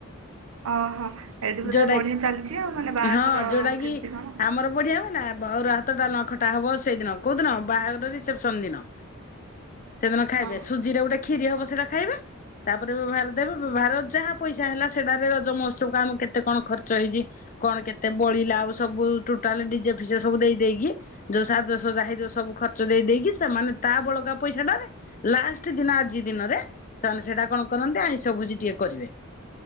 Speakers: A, on the right (about 75°); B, on the left (about 40°).
A: ଓହୋ ଏଠି ବୋଧେ
B: ଯୋଉଟା
A: ବଢିଆ ଚାଲିଛି ଆଉ ମାନେ ବାହାଘର
B: ହଁ ଯୋଉଟା
A: କେମିତି
B: କି
A: କଣ?
B: ଆମର ବଢିଆ ହ ନା ଆଉର ଭାତ ଡ଼ାଲମା ଖଟା ହବ ସେଇଦିନ କୋଉ ଦିନ ବାହାଘର ରିସେପସନ ଦିନ ସେଦିନ ଖାଇବେ
A: ହଁ
B: ସୁଜି ରେ ଗୋଟେ କ୍ଷୀରି <unintelligible> ହବ ସେଟା ଖାଇବେ। ତାପରେ ବ୍ୟବହାର ଦେବେ ବ୍ୟବହାର ଯାହା ପଇସା ହେଲା ସେଟାରେ ରଜମହତ୍ସବମ କେତେ କଣ ଖର୍ଚ୍ଚ ହେଇଛି କଣ କେତେ ବଳିଲା ଆଉ ସବୁ ଟୋଟାଲ ଡିଜେ ଫିଜେ ସବୁ ଦେଇ ଦେଇକି ଯୋଉ ସାଜସଯା ହେଇଥିବ ସବୁ ଖର୍ଚ୍ଚ ଦେଇ ଦେଇକି ସେମାନେ ତା ବଳକା ପଇସାଟାରେ ଲାଷ୍ଟ ଦିନ ଆଜି ଦିନରେ ସେମାନେ ସେଇଟା କଣ କରନ୍ତି ଆଇଁଷ ଭୋଜି ଟିକେ କରିବେ।